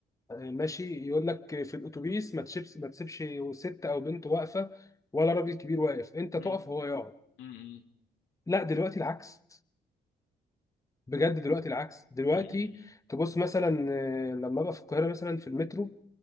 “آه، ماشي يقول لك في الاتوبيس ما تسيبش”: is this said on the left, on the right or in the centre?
Left